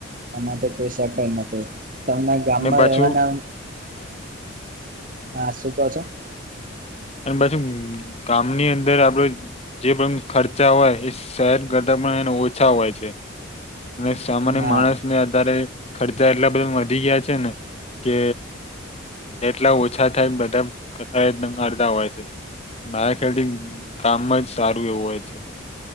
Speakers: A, on the right (about 40°); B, on the left (about 30°).
A: એમાં તો કોઈ શક જ નથી ‌. તમને ગામમાં
B: અને પાછું
A: રહેવાના, હા શું કહો છો.
B: અને પાછી ગામની અંદર આપડું જે પણ ખર્ચા હોય, એ શહેર કરતા પણ એન ઓછા હોય છે. અને સામાન્ય
A: હા
B: માણસ ને આધારે ખર્ચા એટલા બધા વધી ગયા છેને કે એટલા ઓછા થાય ને બધાં પ્રકારે એકદમ <unintelligible> બધા હોય છે, મારા ખ્યાલથી ગામમાં જ સારું એવું હોય છે.